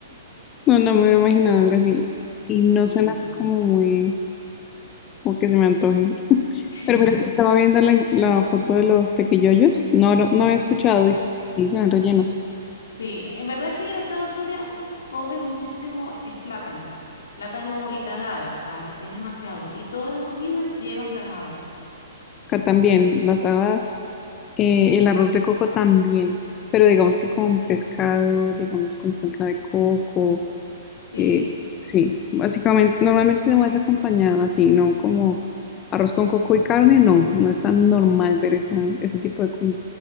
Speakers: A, on the left; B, on the left.
A: No, no me hubiera imaginado algo así. Y
B: Sí,
A: no suena así como muy, como que se me antoje.
B: <laughs> sí,
A: Pero mira que estaba viendo la, la foto de los tequillollos. No, lo- no había escuchado y sí, sí se ven rellenos.
B: sí. En verdad que en Estados Unidos comen muchísimo es plátano, plátano y tajada, o sea, es, es demasiado. Y todas las comidas llevan tajada.
A: Acá también, las tajadas. Eh, el arroz de coco también, pero digamos que con pescado, digamos con salsa de coco,
B: Sí,
A: eh, sí, básicamente, normalmente no es acompañado así, ¿no? Como arroz con coco y carne, no, no es tan normal ver esa, ese tipo de, com-